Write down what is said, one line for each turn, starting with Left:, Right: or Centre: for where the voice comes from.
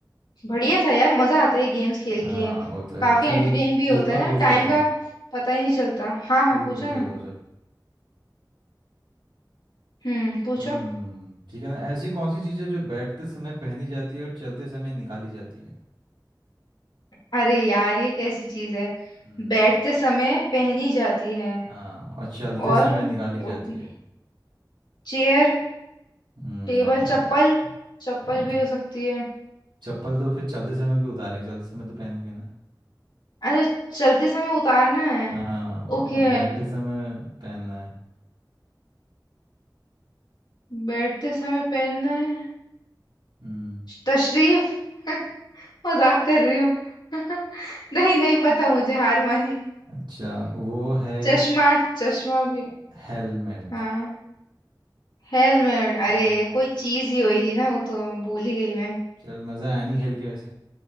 Left: बढ़िया था यार मजा आता है गेम्स खेल
Right: हाँ
Left: के
Right: वो तो है
Left: काफी
Right: चल
Left: एंटरटेन
Right: एक
Left: भी होता
Right: एक और
Left: है ना
Right: पूछ
Left: टाइम
Right: लेता
Left: का
Right: हूँ
Left: पता ही नहीं चलता हाँ हाँ
Right: एक
Left: पूछो
Right: पूछ लेता
Left: ना
Right: हूँ चल
Left: हम्म पूछो
Right: हम्म ठीक है ना ऐसी कौन सी चीज़ें जो बैठते समय पहनी जाती है और चलते समय निकाली जाती है
Left: अरे यार ये कैसी चीज है
Right: हम्म
Left: बैठते समय पहनी जाती है
Right: हाँ और चलते
Left: और
Right: समय निकाली जाती
Left: उठ-
Right: है
Left: चेयर
Right: हम्म
Left: टेबल
Right: नहीं
Left: चप्पल चप्पल
Right: हम्म,
Left: भी हो सकती है
Right: चप्पल तो फिर चलते समय क्यों उतारेंगे चलते समय तो पहनेंगे ना
Left: अच्छा चलते समय उतारना है
Right: हाँ
Left: ओके
Right: और बैठते समय पहनना है
Left: बैठते समय पहनना है
Right: हम्म
Left: तशरीफ <laughs> मजाक कर रही हूँ <laughs> नहीं नहीं पता मुझे हार मानी
Right: अच्छा वो है
Left: चश्मा चश्मा भी
Right: हेलमेट
Left: हाँ हेलमेट अरे
Right: हम्म
Left: कोई चीज ही होगी ना वो तो भूल ही गई मैं
Right: चल मज़ा आया नहीं खेल के वैसे